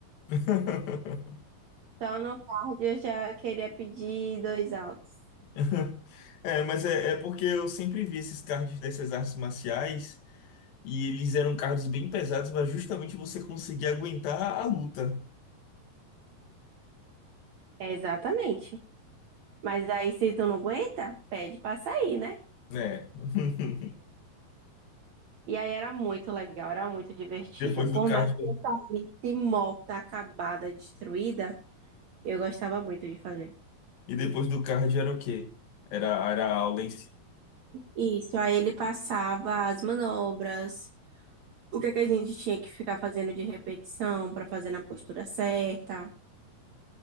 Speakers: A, on the left; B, on the right.
A: <laughs>
B: Só no cardio eu já queria pedir dois altos.
A: <laughs> É, mas é, é porque eu sempre vi esses cards dessas artes marciais e eles eram cards bem pesados para justamente você conseguir aguentar a luta,
B: É, exatamente. Mas aí, se tu não aguenta, pede pra sair, né?
A: né? <laughs>
B: E aí era muito legal, era muito divertido.
A: Depois
B: Por
A: do card.
B: mais que eu saísse morta, acabada, destruída, eu gostava muito de fazer.
A: E depois do card era o quê? Era, era a aula em si.
B: Isso, aí ele passava as manobras, o que é que a gente tinha que ficar fazendo de repetição pra fazer na postura certa.